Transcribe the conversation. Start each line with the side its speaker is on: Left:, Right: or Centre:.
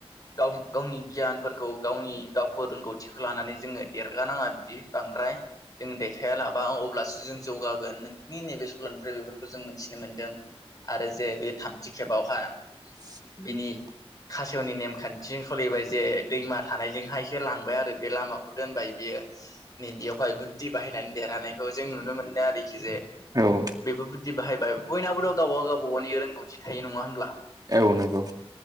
Left: गाव गावनि गियानफोरखौ गावनि गावखो रोंगौथिखो लानानै जोङो देरगानाङा बिदि बांद्राय जों देखाया लाबा अब्लासो जों जौगागोन नोंथांनि नैबे सल'निफ्राय बेफोर खो जों मोनथिनो मोनदों आरो जे बे थामथि खेबावहा
Right: <inaudible>
Left: बिनि खासेवनि नेमखान्थिजों स'लिबाय जे दैमा थानायजोंहायसो लांबाय आरो बे लामाखौ दोनबाय बियो नैबेयावहाय बुद्धि बाहायनानै देरहानायखौ जों नुनो मोनदों आरोखि जे
Right: औ
Left: बेबो बुद्धि बाहायबाय बयनाबोथ' गावबा गाव गावबा गावनि रोंगौथि थायो नङा होनब्ला?
Right: औ नोंगौ।